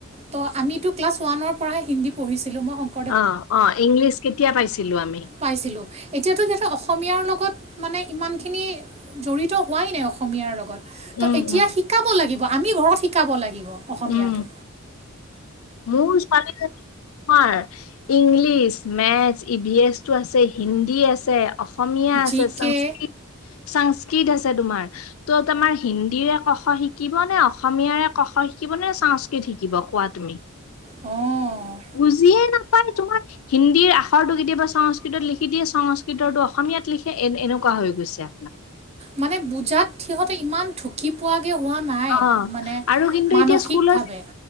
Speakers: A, on the right; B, on the left.
A: ত' আমিতো ক্লাছ ৱানৰ পৰাই হিন্দী পঢ়ি মই সং
B: অ', অ, ইংলিছ কেতিয়া পাইছিলো আমি?
A: পাইছিলো। এতিয়াতো যাতে অসমীয়াৰ লগত মানে ইমানখিনি জড়িত হোৱাই নাই অসমীয়াৰ লগত। ত
B: উম,
A: এতিয়া
B: উম,
A: শিকাব লাগিব আমি ঘৰত শিকাব লাগিব অসমীয়াতটো।
B: উম, মোৰ ছোৱালীজনী আমাৰ ইংলিছ মেথছ ই ভি এছটো আছে, হিন্দী আছে। অসমীয়া আছে,
A: জি
B: সংস্কৃত
A: কে
B: সংস্কৃত আছে তোমাৰ। ত' তোমাৰ হিন্দীৰে ক খ শিকিব নে অসমীয়াৰে ক খ শিকিব নে সংস্কৃত শিকিব কোৱা তুমি।
A: অ'।
B: বুজিয়ে নাপায় তোমাৰ হিন্দীৰ আখৰটো কেতিয়াবা সংস্কৃতত লিখি দিয়ে সংস্কৃতটো অসমীয়াত লিখে এ এনেকুৱা হৈ গৈছে।
A: মানে বুজাত সিহঁতে ইমান ধু ধুকি পোৱা গৈ হোৱা নাই
B: অ',
A: মানে
B: আৰু কিন্তু
A: মানসিকভাৱে।
B: এতিয়া স্কুলৰ